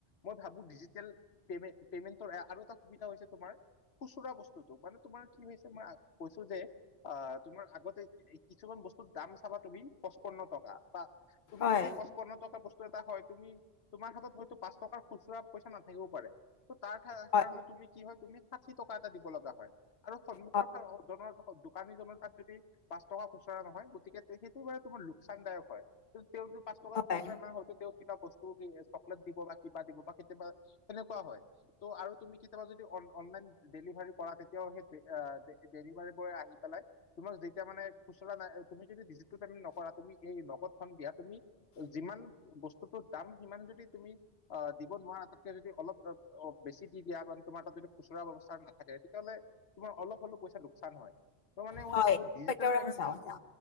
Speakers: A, on the left; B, on the left.
A: মই ভাবো ডিজিটেল পেমে, পেমেন্টৰ এ আৰু এটা সুবিধা হৈছে তোমাৰ খুচুৰা বস্তুটো, মানে তোমাৰ কি হৈছে মই আ-কৈছো যে আ তোমাৰ আগতে এই কিছুমান বস্তুৰ দাম চাবা তুমি পঁচপন্ন টকা। বা, তুমি
B: হয়,
A: যদি পচপন্ন টকা বচ টো এটা হয় তুমি, তোমাৰ হাতত হয়তো পাঁচ টকাৰ খুচুৰা পইচা নাথাকিবও পাৰে তো তাৰ থা-
B: হয়,
A: কাৰণে তুমি কি হয়, তুমি ষাঠি টকা এটা দিব লগা হয়। আৰু সন্মুখৰ
B: হয়,
A: ফা- অ' জনৰ পা <unintelligible> অ' দোকানীজনৰ তাত যদি পাঁচ টকা খুচৰা নহয় গতিকে সেইটো বাৰু তোমাৰ লোকচানদায়ক হয়। কিন্তু তেওঁৰ যে পাঁচ টকা
B: হয়,
A: খুচৰা নাই, হয়টো তেওঁ কিবা বস্তু দিয়ে, চকলেট দিব পাই কিবা দিব বা কেতিয়াবা তেনেকুৱা হয়, ত' আৰু তুমি কেতিয়াবা যদি অন-অনলাইন ডেলিভাৰী কৰা তেতিয়াও সেই ডে, আ-ডে, ডেলিভাৰী বয় আহি পেলাই তোমাক যেতিয়া মানে খুচুৰা নাই, তুমি যদি ডিজিটেল পেমেন্ট নকৰা তুমি এই নগদ ধন দিয়া তুমি যিমান বস্তুটোৰ দাম সিমান যদি তুমি অ' দিব নোৱাৰা তাতকে যদি অলপ অ' বেছি দি দিয়া বা তোমাৰ তাত যদি খুচুৰা ব্যৱস্থা নাথাকে, তেতিয়াহ'লে তোমাৰ অলপ হ'লেও পইচা লোক চান হয়। ত' মানে মই
B: হয়,
A: ভাবো ডিজিটেল
B: একেবাৰে
A: পেমেণ্টত
B: সঁচা কথা।
A: সেই,